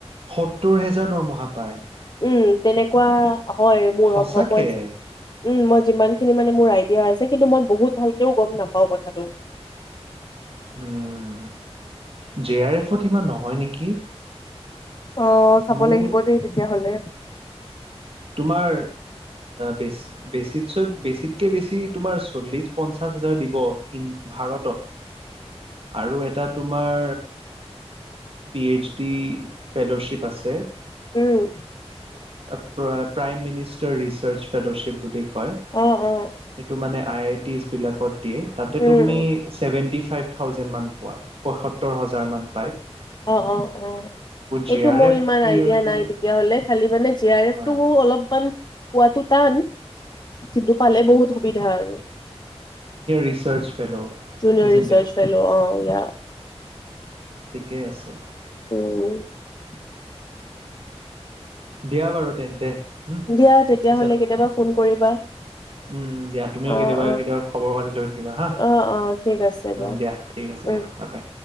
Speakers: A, on the right; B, on the left.
A: সত্তৰ হেজাৰ দৰমহা পায়।
B: উম তেনেকুৱা হয় মোৰ
A: সঁচাকে
B: সম্ভৱ হৈছে। উম মই যিমান খিনি মানে মোৰ আইডিয়া আছে কিন্তু মই বহুত ভালকেও গম নাপাওঁ কথাটো।
A: উম জে আৰ এফত ইমান নহয় নেকি
B: অ চাব
A: মোৰ
B: লাগিব দেই তেতিয়া হলে
A: তোমাৰ বে ত বেছিতকে বেছি তোমাৰ চল্লিশ, পঞ্চাশ, হাজাৰ দিব ভাৰতত আৰু এটা তোমাৰ পি এইচ ডি ফেল'শ্বিপ, আছে।
B: উম
A: অ প্ৰ প্ৰাইম মিনিষ্টাৰ ৰিচাৰ্চ ফেল'শ্বিপ, বুলি কই
B: অ অ
A: সেই টোম মানে আই আই টি বিলাকত দিয়ে তাতে
B: উম
A: তুমি
B: উম,
A: চেবেনটি ফাইব থাউজেণ্ড মান পোৱা পয়সত্তৰ হাজাৰমান
B: অ অ অ এইটো
A: জে আৰ
B: মোৰ
A: এফ
B: ইমান
A: ক্লিয়াৰ
B: আইডিয়া
A: কৰি
B: নাই তেতিয়াাহ'লে খালি মানে জি আৰ এফ
A: হয়
B: তটো অলপ কন কোৱাটো টান কিন্তু পালে বহুত সুবিধা আৰু junior
A: research fellow ইজেণ্ট
B: research
A: it
B: fellow অ ইয়া
A: ঠিকে আছে।
B: অ
A: দিয়া বাৰু তেন্তে উ
B: দিয়া তেতিয়াহ'লে
A: পিছত
B: কেতিয়াবা ফোন কৰিবা
A: উ দিয়া তুমিও
B: অ
A: কেতিয়াবা
B: অ
A: কেতিয়াবা খবৰ পাতি লৈ থাকিবা হা
B: অ অ ঠিক আছে
A: দিয়া। ঠিক আছে
B: উম
A: দিয়া বা বাই।